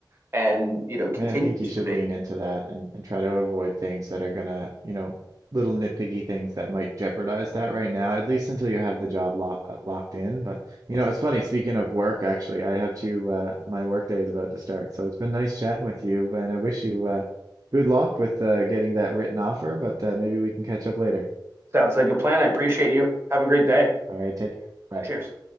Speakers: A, on the right; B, on the right.
A: and, you know, continues
B: And I think you should
A: to be.
B: lean into that and, and try to avoid things that are gonna, you know, little nitpicky things that might jeopardize that right now, at least until you have the job lo uh, locked in. But, you know, it's funny, speaking of work, actually, I have to, uh, my work day is about to start. So it's been nice chatting with you, and I wish you, uh, good luck with, uh, getting that written offer, but, uh, maybe we can catch up later.
A: Sounds like a plan. I appreciate you. Have a great day.
B: All right, take care. Bye.
A: Cheers.